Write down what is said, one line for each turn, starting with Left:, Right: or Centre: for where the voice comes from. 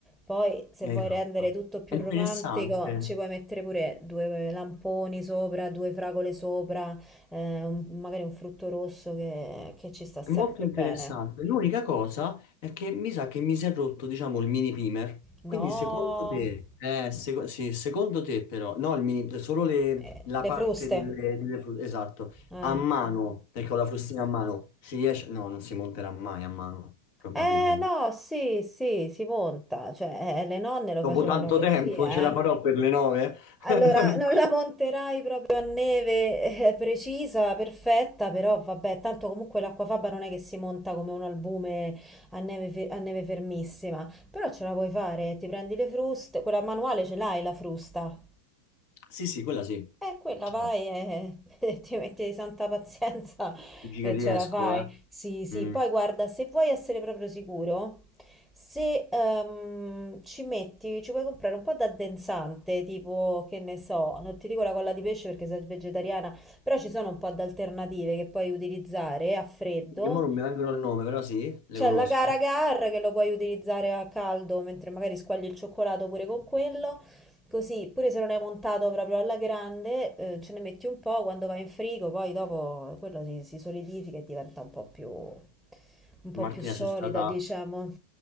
Centre: Poi, se
Left: mi
Centre: vuoi
Left: hai fatto.
Centre: rendere tutto più
Left: È interessante.
Centre: romantico, ci puoi mettere pure due lamponi sopra, due fragole sopra, eh, un- magari un frutto rosso che, che ci sta
Left: È
Centre: sempre
Left: molto interessante.
Centre: bene.
Left: L'unica cosa è che mi sa che mi si è rotto, diciamo, il mini primer.
Centre: No,
Left: Quindi secondo te, eh, seco- sì, secondo te però, no, il mini, solo le-
Centre: eh,
Left: la
Centre: le
Left: parte
Centre: fruste.
Left: delle, delle fru- esatto,
Centre: Eh.
Left: a mano, perché ho la frustina a mano, si riesce, no, non si monterà mai a mano, probabilmente.
Centre: Eh no, sì, sì, si monta, cioè eh, le nonne lo
Left: Dopo
Centre: facevano
Left: tanto
Centre: così,
Left: tempo
Centre: eh.
Left: ce la farò per le nove?
Centre: Allora,
Left: <laughs>
Centre: non la monterai proprio a neve eh, precisa, perfetta, però vabbè, tanto comunque l'acquafaba non è che si monta come un albume a neve, fe- a neve fermissima, però ce la puoi fare, ti prendi le fruste, quella manuale ce l'hai la frusta,
Left: Sì, sì, quella sì.
Centre: eh, quella
Left: Ciao.
Centre: vai e, <laughs> e ti metti di santa pazienza <laughs>
Left: Dici
Centre: e
Left: che riesco,
Centre: ce la fai.
Left: eh.
Centre: Sì, sì.
Left: Mm.
Centre: Poi guarda, se vuoi essere proprio sicuro, se ehm, ci metti, ci puoi comprare un po' d'addensante, tipo, che ne so, non ti dico la colla di pesce perché sei vegetariana, però ci sono un po' di alternative che puoi utilizzare a freddo
Left: Che mo non mi vengono il nome, però sì, le
Centre: c'è
Left: conosco.
Centre: la Gara Gar che lo puoi utilizzare a caldo mentre magari squagli il cioccolato pure con quello. Così, pure se non hai montato proprio alla grande, eh, ce ne metti un po' quando va in frigo, poi dopo quello si, si solidifica e diventa un po' più, un po'
Left: Martina
Centre: più solida,
Left: sei stata
Centre: diciamo.